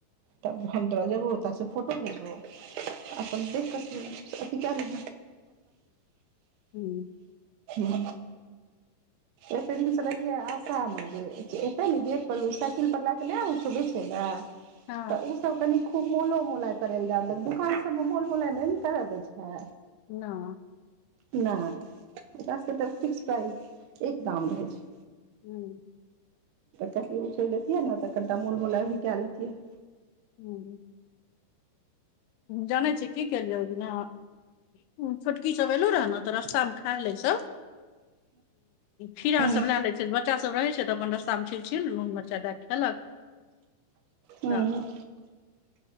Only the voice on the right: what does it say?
त तोरा जेबो ओते से फोटो भेजबो अपन देख क अथी क लिह
ह एते दिनसँ ब आशा हमर जे एतै ने गेट पर साइकिल पर लट नहि ओबै छै बेचे ल
त ऊ तब कनि खूब मोलो मोलाई करय लए दए देलक दुकान सबमें मोल मोलाय न ने करय दै छै
नहि ओकरा सबके तऽ फिक्स प्राइस एक दाम रहै छै
त क उछल लेतियै ने त कनिटा मोल मलाइ भी क लेतियै
हूँ
हूँ